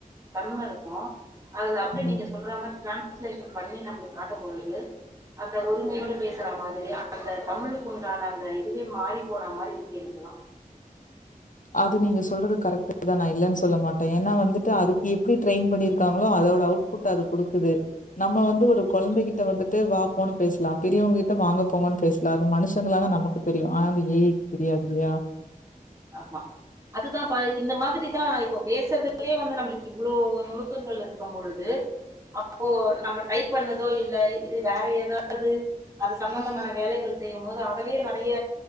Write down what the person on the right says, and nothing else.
தன்ம இருக்கு அதுல அப்டியே நீங்க
சொல்ற மாரி ட்ரான்ஸ்லேஷன் பண்ணி நம்ளுக் காட்டம்பொழுது அந்த ஒருமையோட பேசுற மாதிரி அந்த தமிழுக்குண்டான அந்த இதுவே மாறி போன மாரி இருக்கு இதெல்லா
ஆமா அதுதா பா இந்த மாதிரிதா இப்ப பேசறதுலயே வந்து நம்ளுக்கு இவ்ளோ நுணுக்கங்கள் இருக்கு இருக்கும் பொழுது அப்போ நம்ம டைப் பண்ணதோ இல்ல இது வேற ஏதாது அது சம்பந்தமான வேலைகள் செய்யும் போது அதவே நறைய